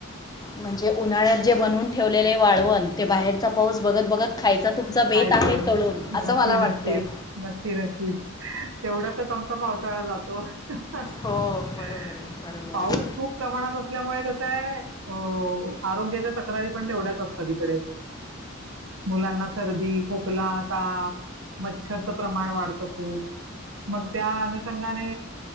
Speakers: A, on the left; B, on the right.
A: म्हणजे उन्हाळ्यात जे बनून ठेवलेले वाळवण ते बाहेरचा पाऊस बघत, बघत खायचा. तुमचा बेत
B: कायच
A: आहे
B: नक्की,
A: तळून असं मला वाटतंय
B: नक्कीच, नक्की, नक्कीच तेवढा आमचा पावसाळा जातो. हो हम्म हम्म
A: हो बरोबर आहे बरोबर
B: पाऊस
A: आहे
B: खूप प्रमाणात असल्यामुळे. <unintelligible> आरोग्याच्या तक्रारी पण तेवढ्याच असतात तिकडे मुलांना सर्दी खोकला ताप मच्छरचं प्रमाण वाढत. खूप मग त्या अनुंगाने